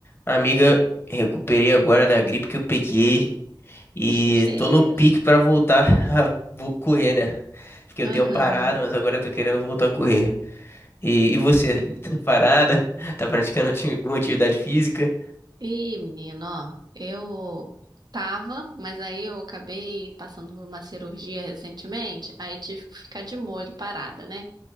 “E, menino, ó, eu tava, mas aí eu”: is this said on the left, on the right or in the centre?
Right